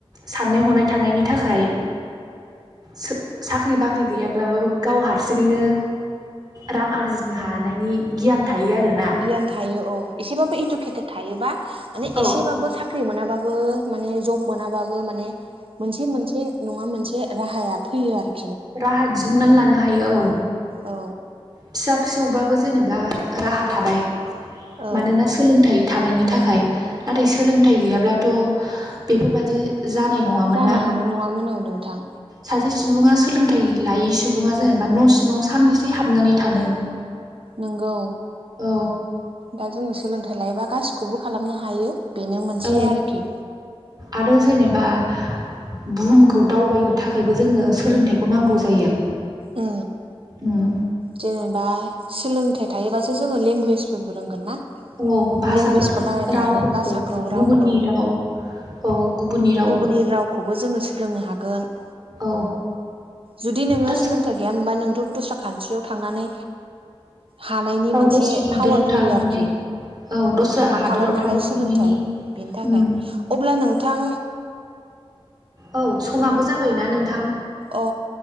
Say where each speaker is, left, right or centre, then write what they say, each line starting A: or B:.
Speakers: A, on the right; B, on the right.
A: साननाय हनाय थानायनि थाखाय। सो साख्रि बाख्रि गैयाब्लाबाबो गाव हारसिङैनो। रां आरजिनो हानायनि गियान। थायो आरोना
B: गियान थायो औ एसेबाबो इडुकेटेद थायोबा माने
A: औ
B: एसेबाबो साख्रि मोनाबाबो। मो माने जब मोनाबाबो माने मोनसे मोनसे नङा मोनसे राहाया फैयो आरो।
A: राहा दिहुननानै लानो हायो औ
B: औ
A: फिसा फिसौबाबो जेनेबा। राहा थाबाय
B: औ
A: मानोना सोलोंथाइ। थानायनि थाखाय नाथाय सोलोंथाइ गैयाब्लाथ' बेफोरबादि। जानाय नङामोन
B: जानो
A: ना
B: हानाय नङामोन औ नोंथां
A: सा सुबुङा सोलोंथाइ लायै सुबुङा जेनेबा न' सिङाव सानबेसे हाबनानै थानो।
B: नंगौ
A: औ
B: दा जोङो सोलोंथाइ लायोबा गासिखौबो खालामनो हायो। बेनो मोनसे
A: औ
B: आरोखि
A: आरो जेनेबा । बुहुमखौ दावबायनो थाखायबो जोंनो सोलोंथाइखौ नांगौ जायो।
B: ओ
A: उम
B: जेनेबा सोलोंथाइ थायोबासो जोङो लेंगुवेजफोरबो रोंगोन ना?
A: औ भाषाफोर
B: लेंगुवेजखौ रायलायनो
A: रावफोरखौ
B: हागोन भाषाखौ
A: गुबुननि
B: रावखौ
A: राव औ गुबुननि राव।
B: गुबुननि रावखौबो जोङो सोलोंनो हागोन।
A: औ
B: जुदि नोङो
A: दा
B: सोलोंथायाइ गैयामोनबा नोंथ' दस्रा खान्ट्रियाव थांनानै हानायनि
A: औ
B: मोनसे
A: दस्रा हादराव
B: पावार फैयो
A: थांनानै
B: आरोखि।
A: औ दस्रा
B: हाखाबाय
A: हादराव
B: नालाय
A: थांनो
B: सोलोंथाइ
A: हानायनि
B: बेनि थाखाय
A: उम
B: अब्ला नोंथां
A: औ समाबो जाबायना नोंथां
B: अ